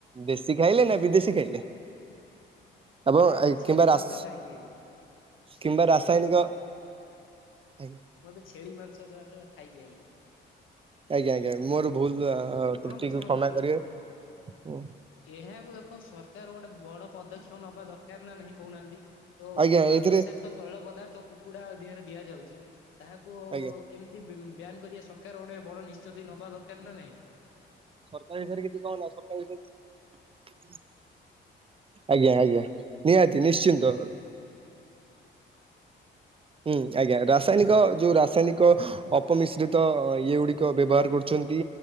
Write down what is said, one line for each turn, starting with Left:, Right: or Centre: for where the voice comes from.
Right: ଦେଶୀ ଖାଇଲେ ନା ବିଦେଶୀ ଖାଇଲେ?
Left: ମୁଁ
Right: ଆପଣ
Left: ଏବେ ଛେଳି
Right: କିମ୍ବା
Left: ମାଂସ
Right: ରାଶି
Left: ଖାଇକି ଆଇଲି ଛେଳି
Right: କିମ୍ବା
Left: ଛେଳି
Right: ରାସାୟନିକ ଆଜ୍ଞା
Left: ମୁଁ ଏବେ ଛେଳି ମାଂସ ଜଷ୍ଟ ଖାଇକି ଆଇଲି।
Right: ଆଜ୍ଞା ଆଜ୍ଞା ମୋର ଭୁଲ ଆ-
Left: ଶୁଣନ୍ତୁ
Right: ତ୍ରୁଟିକୁ
Left: ଶୁଣନ୍ତୁ
Right: କ୍ଷମା
Left: ଶୁଣନ୍ତୁ
Right: କରିବେ
Left: ଏହାକୁ ଏକ ସରକାର ଗୋଟେ ବଡ ପଦକ୍ଷେପ ନବା ଦରକାର ନା ନାହିଁ କହୁନାହାନ୍ତି। ଯୋଉ
Right: ଆଜ୍ଞା
Left: ତୈଳ
Right: ଏଇଥିରେ
Left: ବିଷାକ୍ତ ତୈଳ ପଦାର୍ଥ କୁକୁଡା ଦେହରେ ଦିଆଯାଉଛି ତାହାକୁ
Right: ଆଜ୍ଞା।
Left: କେମିତି ବି -ବ୍ୟାନ କରିବେ ସରକାର ଗୋଟେ ବଡ ନିଶ୍ଚତି ନବା ଦରକାର ନା ନାଇଁ
Right: ସରକାରୀ ବିଷୟରେ କିଛି କହନା ସରକାରୀ ବିଷୟରେ <unintelligible> ଆଜ୍ଞା ଆଜ୍ଞା ନିହାତି ନିଶ୍ଚିନ୍ତ ରୁ ହୁଁ ଆଜ୍ଞା ରାସାୟନିକ ଯୋଉ ରାସାୟନିକ ଅପମିଶ୍ରିତ ଇଏ ଗୁଡିକ ବ୍ୟବହାର କରୁଛନ୍ତି।